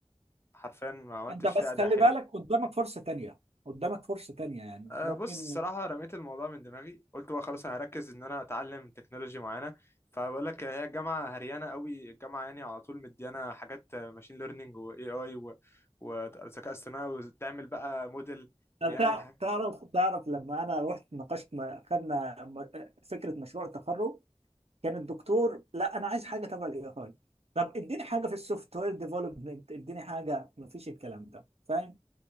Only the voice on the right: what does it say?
انت
بس
خلي
بالك قدامك فرصه تانية قدامك فرصه تانية يعني
ممكن
هل
تع- تعرف تعرف لما انا رحت ناقشت ما- خدنا م- فكره مشروع التخرج كان الدكتور لا انا عايز حاجه تبع الاي اي طب اديني حاجه في السوفت وير ديفلوبمنت اديني حاجه مفيش الكلام ده فاهم